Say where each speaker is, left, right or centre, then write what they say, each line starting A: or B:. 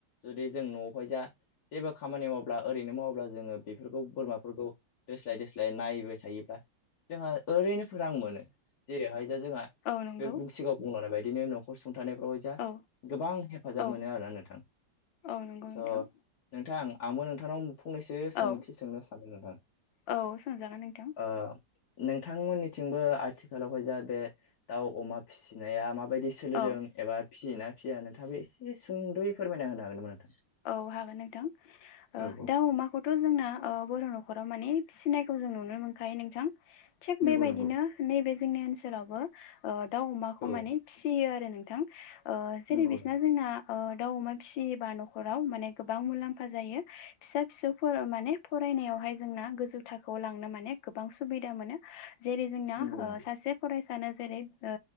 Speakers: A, on the left (about 55°); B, on the left (about 80°).
A: जुदि जों न'आवहाय जा जेबो खामानि मावब्ला ओरैनो माव ब्ला जोङो बेफोरखौ बोरमाफोरखौ दोस्लाय दोस्लाय नायबाय थायोब्ला जोंहा ओरैनो फोरां मोनो जेरैहाय जा जोंहा
B: औ नंगौ
A: बे सिगाङाव बुंनाय बायदिनो न'खर सु थानायफ्रावाय जा
B: औ
A: गोबां हेफाजाब
B: औ
A: मोनो आरोना नोंथां
B: औ नंगौ नोंथां
A: स' नोंथां आंबो नोंथांनाव फंनैसो सोंथि
B: औ
A: सोंनो सानो नोंथां
B: औ सोंजागोन नोंथां
A: ओ नोंथांमोननिथिंबो आथिखालावहा जा बे दाउ अमा फिसिनाया माब बायदि सलिदों
B: औ
A: एबा फियो ना फिया नोंथाङाबो एसे सुंद'यै फोरमायना होनो हागोन नामा नो
B: औ हागोन नोंथां
A: औ औ
B: दा ओ अमाखौथ' जोंना ओ बर' न'खराव माने फिसिनायखौ जों नुनो मोनखायो नोंथां थिग
A: नंगौ
B: बेबायदिनो
A: नंगौ
B: नैबे जोंनि ओनसोलावबो ओ दाउ अमाखौ
A: औ
B: माने फिसियो आरो नोंथां ओ जेरै
A: नंगौ
B: बिसना जोंना ओ दाउ अमा फिसियोबा न' खराव माने गोबां मुलाम्फा जायो फिसा फिसौफोराव माने फरायनायावहाय जोंना गोजौ थाखोआव <unintelligible> लांनो माने गोबां सुबिदा मोनो जेरै जोंना
A: नंगौ
B: ओ सासे फरायस सानो जेरै ओ